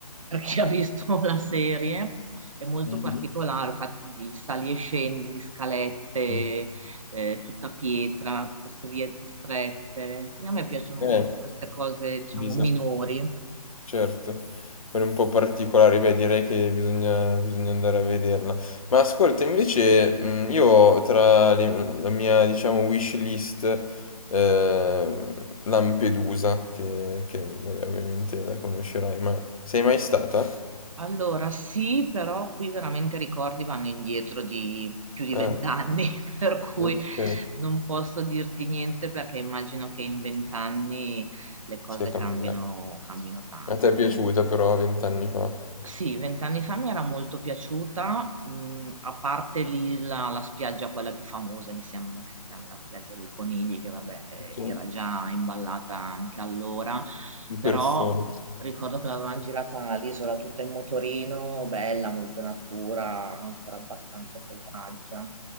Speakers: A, on the right (about 55°); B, on the left (about 60°).
A: per chi ha visto <laughs> la serie. È molto
B: Mh-mh.
A: particolare, fatto di sali e scendi, di scalette,
B: Mh.
A: eh, tutta pietra, tutte queste viette strette. Quindi a me piacciono
B: Eh,
A: un po' queste cose, diciamo,
B: bisa
A: minori.
B: certo, quella è un po' particolare, beh direi che bisogna bisogna andare a vederla. Ma ascolta invece, mhmm, io tra le la mia diciamo wish list, ehm, Lampedusa, che che vabbè ovviamente la conoscerai, ma sei mai stata?
A: Allora sì, però qui veramente i ricordi vanno indietro di più di
B: Ah.
A: vent'anni, <laughs> per cui
B: Okay,
A: non posso dirti niente perché immagino che in vent'anni le cose
B: si è cambiato.
A: cambino, cambino tanto.
B: A te è piaciuta però 20 anni fa?
A: Sì, vent'anni fa mi era molto piaciuta, mh, a parte lì la, la spiaggia, quella più famosa, mi sembra che si chiami la spiaggia dei conigli, che vabbè, eh,
B: Okay,
A: era già imballata anche allora,
B: di
A: però
B: persona.
A: ricordo che l'avevamo girata l'isola tutta in motorino, bella, molto natura, ancora abbastanza selvaggia.